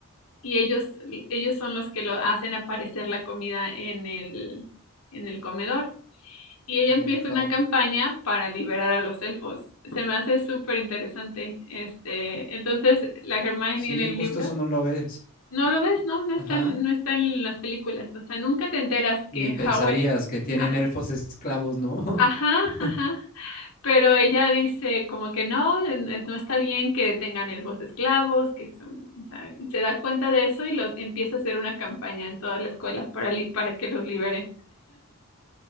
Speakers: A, on the left; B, on the left.
A: Y ellos, ellos son los que lo hacen aparecer la comida en el, en el comedor y ella
B: en
A: empieza
B: el hall.
A: una campaña para liberar a los elfos. Se me hace súper interesante. Este, entonces, la Hermione
B: Sí,
A: en el
B: justo
A: libro,
B: eso no lo ves.
A: no lo ves, no, no está
B: Ajá.
A: en, no está en las películas. O sea, nunca te enteras que
B: Ni pensarías
A: Howard,
B: que tienen
A: ah,
B: elfos esclavos, ¿no?
A: ajá,
B: <laughs>
A: ajá. Pero ella dice como que no, es- no está bien que tengan elfos esclavos, que son, o sea, y se da cuenta de eso y los empieza a hacer una campaña en toda la escuela para, li- para que los liberen.